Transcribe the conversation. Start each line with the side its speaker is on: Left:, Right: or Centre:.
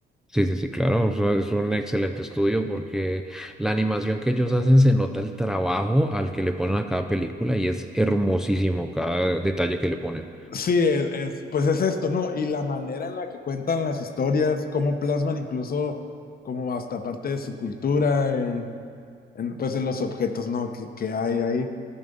Centre: Sí, sí, sí, claro, o sea, es un excelente estudio porque la animación que ellos hacen se nota el trabajo al que le ponen a cada película y es hermosísimo cada detalle que le ponen.
Left: Sí, es, es- pues es esto, ¿no? Y la manera en la que cuentan las historias, cómo plasman incluso como hasta parte de su cultura, en, en, pues en los objetos, ¿no? Que, que hay ahí.